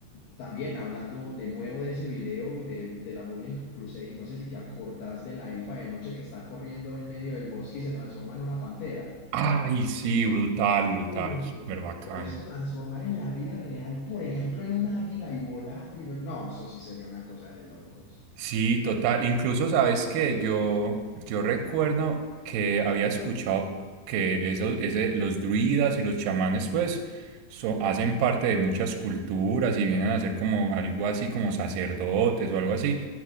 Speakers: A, on the left; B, on the right.
A: también hablando de nuevo de ese video de, de la Burning Crusade, no sé si te acordás de la elfa de noche que está corriendo en medio del bosque y se transforma en una pantera.
B: Ay, sí, brutal, brutal,
A: Uh,
B: súper bacano.
A: Poderse transformar en la vida real, por ejemplo, en un águila y volar y luego- No, eso sí sería una cosa de locos.
B: Sí, total. Incluso sabes que yo, yo recuerdo que había escuchado que esos, ese- los druidas y los chamanes, pues, so- hacen parte de muchas culturas y vienen a ser como algo así como sacerdotes o algo así.